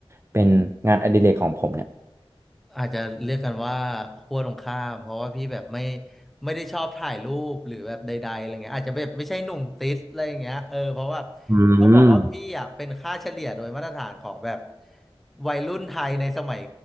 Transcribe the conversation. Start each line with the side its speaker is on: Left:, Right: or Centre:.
Right: เป็นงานอดิเรกของผมเนี่ย
Centre: อาจจะเรียกกันว่าขั้วตรงข้ามเพราะว่าพี่แบบไม่ไม่ได้ชอบถ่ายรูปหรือแบบใดๆอะไรเงี้ยอาจจะแบบไม่ใช่หนุ่มติดอะไร่เงี้ยเออเพราะว่า
Right: อืม
Centre: ต้องบอกว่าพี่อ่ะเป็นค่าเฉลี่ยโดยมาตรฐานของแบบวัยรุ่นไทยในสมัย